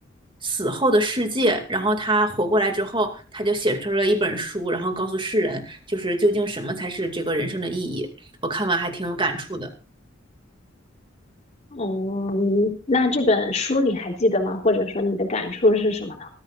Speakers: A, on the right; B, on the left.
A: 死后的世界，然后他活过来之后，他就写出了一本书，然后告诉世人，就是究竟什么才是这个人生的意义。我看完还挺有感触的。
B: 哦嗯，那这本书你还记得吗？或者说你的感触是什么呢？